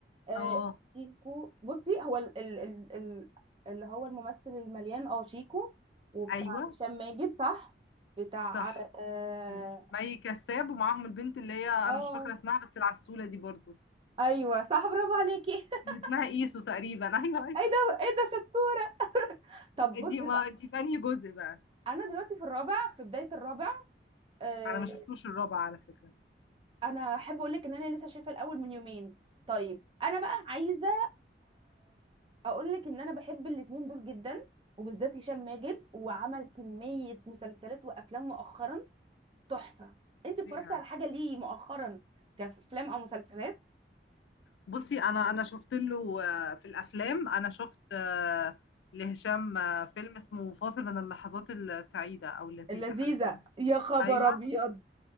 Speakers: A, on the right (about 30°); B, on the left (about 85°).
A: آه
B: اه
A: شيكو بصي هو ال ال ال ال اللي هو الممثل المليان اه شيكو وبتاع
B: ايوه
A: هشام ماجد صح بتاع
B: صح
A: اه
B: مي كساب ومعاهم البنت اللي هي انا
A: آه،
B: مش فاكره اسمها بس العسوله دي برضو
A: ايوه صح برافو عليكي
B: اللي
A: <laughs>
B: اسمها ايسو تقريبا <laughs> ايوه ايوه
A: ايه ده ايه ده شطوره <laughs> طب بصي
B: دي ما
A: بقى
B: دي في انهي جزء بقى
A: انا دلوقتي في الرابع في بدايه الرابع آه،
B: انا ما شفتوش الرابع على فكره
A: انا احب اقول لك ان انا لسه شايفه الاول من يومين طيب انا بقى عايزه اقول لك ان انا بحب الاتنين دول جدا وبالذات هشام ماجد وعمل كميه مسلسلات وافلام مؤخرا تحفه انت اتفرجتي
B: اه
A: على حاجه ليه مؤخرا كافلام او مسلسلات
B: بصي انا انا شفت له آه، في الافلام انا شفت آه، لهشام آه، فيلم اسمه فاصل من اللحظات السعيده او اللذيذه
A: اللذيذه
B: حاجه كده
A: يا خبر
B: ايوه
A: ابيض